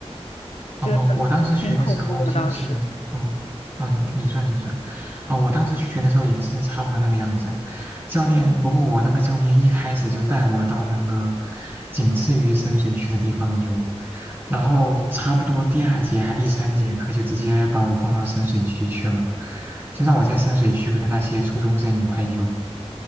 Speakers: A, on the right (about 20°); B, on the left (about 70°).
A: 哦，
B: 就是很挺恐怖的当时。
A: 我当时学的时候就是，嗯，啊，你你说你说，啊，我当时学的时候也是差不多那个样子。教练，不过我那个教练一开始就带我到那个仅次于深水区的地方游，然后差不多第二节还第三节课就直接把我放到深水区去了，就让我在深水区跟那些初中生一块游。